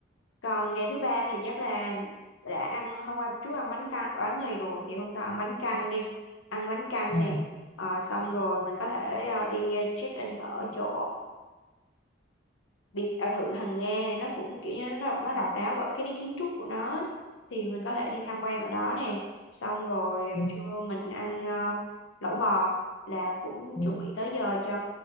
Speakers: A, on the left (about 80°); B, on the left (about 20°).
A: Còn ngày thứ ba thì chắc là đã ăn hôm qua trước ăn bánh căn bánh mì rồi thì hôm sau ăn bánh căn đi. Ăn bánh căn
B: Ừ.
A: nè. Ờ, xong rồi mình có thể ờ, đi ờ, check in ở chỗ biệt à, thự hàng Nga nó cũng kiểu như nó độc- nó độc đáo bởi cái nét kiến trúc của nó thì mình có thể đi tham quan ở đó nè xong rồi à,
B: Ừ.
A: trưa mình ăn à, lẩu bò là cũng
B: ừ.
A: chuẩn bị tới giờ cho